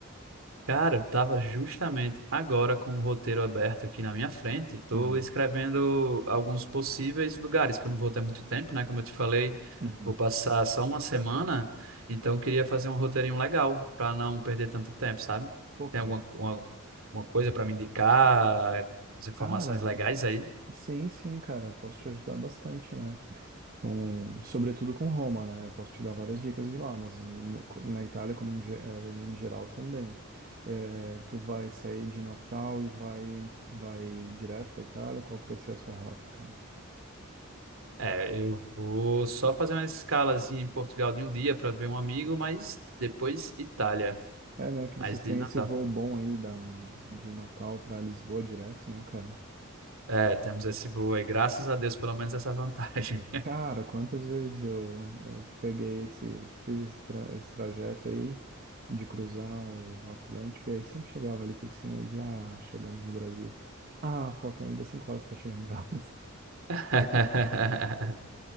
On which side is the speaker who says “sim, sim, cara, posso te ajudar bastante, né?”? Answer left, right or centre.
Right